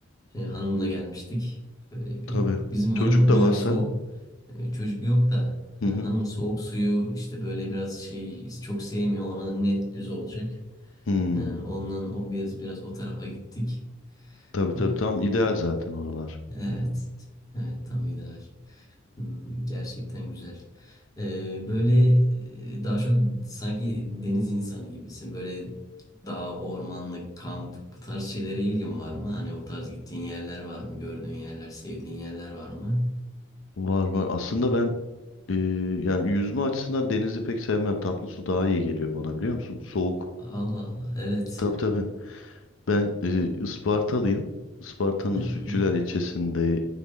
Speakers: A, on the left; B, on the left.
A: E, hanımla gelmiştik. Böyle bir
B: Tabii.
A: bizim hanım
B: Çocuk da
A: e,
B: varsa.
A: soğuk e, çocuk yok da
B: Hı
A: e,
B: hı.
A: hanım soğuk suyu işte böyle biraz şey çok sevmiyor. Ona net düz olacak.
B: Hmm.
A: E, ondan o biraz biraz o tarafa gittik.
B: Tabii
A: E,
B: tabii tam ideal zaten oralar.
A: evet. Evet tam ideal. Hmm, gerçekten güzel. Ee, böyle e, daha çok sanki deniz insanı gibisin. Böyle dağ, ormanlık, kamp bu tarz şeylere ilgin var mı? Hani o tarz gittiğin yerler var mı? Gördüğün yerler, sevdiğin yerler var mı?
B: Var var. Aslında ben Ee, yani yüzme açısından denizi pek sevmem. Tatlı su daha iyi geliyor bana biliyor musun? Soğuk.
A: Allah Allah. Evet.
B: Tabii tabii. Ben e, Ispartalıyım. Isparta'nın
A: Hı hı.
B: Sütçüler ilçesinde